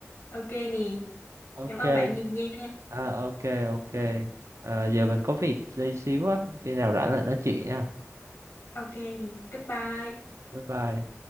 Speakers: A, on the left (about 60°); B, on the right (about 80°).
A: ok nè.
B: ok
A: Cảm ơn bạn nhiều nha.
B: à, ok ok Ờ, giờ mình có việc đi xíu á khi nào rảnh lại nói chuyện nha
A: Ok nè. Goodbye.
B: bye bye